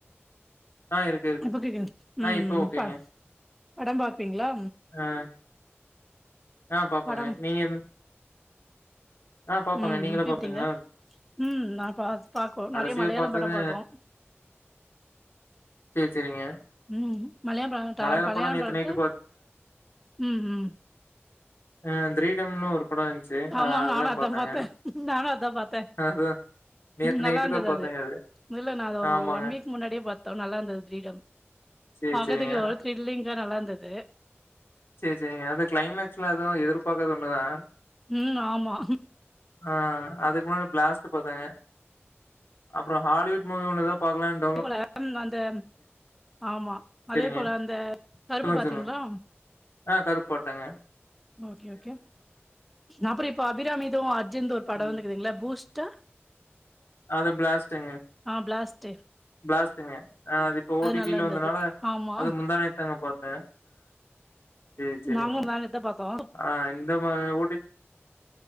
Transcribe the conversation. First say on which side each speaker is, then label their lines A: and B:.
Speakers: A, on the left; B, in the centre.
A: ஆ இருக்கு இருக்கு
B: ம் புட்டிட் இன் ம்
A: ஆ இப்ப
B: ம்
A: ஓகேங்க
B: ப படம் பாப்பீங்ளா
A: ஆ ஆ பாப்பங்க
B: படம்
A: நீங்க ஆ பாப்பங்க
B: ம்
A: நீங்களா
B: ம் தீப்ட்டி
A: பாப்பீங்களா
B: எங்க ம் நா பா பாக்கோ
A: கடைசியா
B: நறைய மலையாளம்
A: பாத்தது
B: படோ பாத்தோ
A: சேரி சேரிங்க
B: உம் மலைய பழ டா
A: மலையாள
B: பலயாள
A: படோ நேத்து
B: பழுத்து
A: நைட்டு
B: உம் உம்
A: அ திரீடம்னு ஒரு படோ இருந்துச்சு
B: ஆமா
A: அதுதா
B: நானு அதா
A: பாத்தேங்க
B: பாத்தே நானு அதா பாத்தே
A: அதுதா நேத்து
B: நல்லா
A: நைட்டு
B: இருந்தது
A: தா பாத்தேங்க
B: அது இல்ல நா அத ஒரு
A: ஆமாங்க
B: ஒன் வீக் முன்னாடியே பாத்தோம் நல்லா இர்ந்தது த்ரீடம்
A: சேரி
B: பக்கத்துக்கு
A: சேரிங்க
B: ஒரு த்ல்லிங்கா நல்லா இர்ந்தது
A: செரி சேரிங்க அது கிளைமக்ஸ்ல எதுவு எர்பார்காத ஒண்ணுதா
B: உம் ஆமா
A: ஆ அதுக்கு முன்னடி பிளாஸ்ட்டு பாத்தங்க அப்புறோஹாலிவுட் முவி ஒன்னுதா பாக்குவேனு
B: அதே போல அந்த ஆமா
A: சேரிங்க
B: அதே போல அந்த கருப்பு
A: சொல்லுங்க
B: பாத்தீங்களா
A: சொல்லுங்க ஆ கருப்பு போட்டேங்க
B: ஓகே ஓகே அப்புறோ இப்போ அபிராமிது அர்ஜுன்து ஒரு படோ
A: ம்
B: வந்துக்குதுல பூஸ்ட் ட
A: அத பிளாஸ்ட்டுங்க
B: பிளாஸ்ட்டு.
A: பிளாசடுங்க ஆ அது இப்ப ஓடிபில
B: நல்லா இருந்தது.
A: வந்தனால
B: ஆமா.
A: அது முந்தானேது தாங்க பாத்தே சேரி சேரிங்க
B: நாங்களு மேல தா பாத்தோ
A: ஆ இந்த மா ஓ டி பி